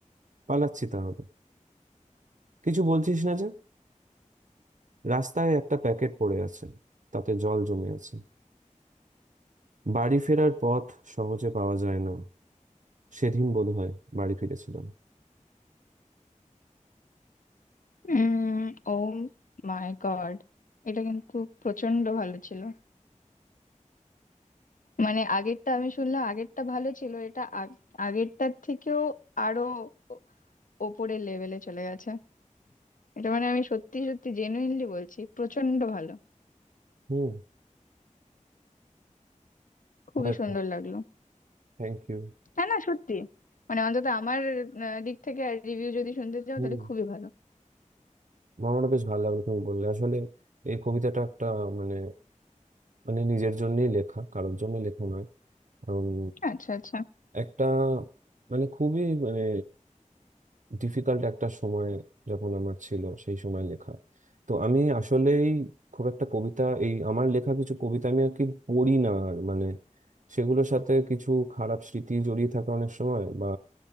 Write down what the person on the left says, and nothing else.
উম ও মাই গড এটা কিন্তু প্রচন্ড ভালো ছিল মানে আগেরটা আমি শুনলাম আগেরটা ভালো ছিল এটা আগ- আগেরটার থেকেও আরো ও- ওপরের লেভেলে চলে গেছে এটা মানে আমি সত্যি সত্যি জেনুইনলি বলছি প্রচন্ড ভালো
খুবই
সুন্দর লাগলো
না না সত্যি মানে অন্তত আমার আহ, দিক থেকে আর রিভিউ যদি শুনতে চাও
তাহলে খুবই ভালো
আচ্ছা আচ্ছা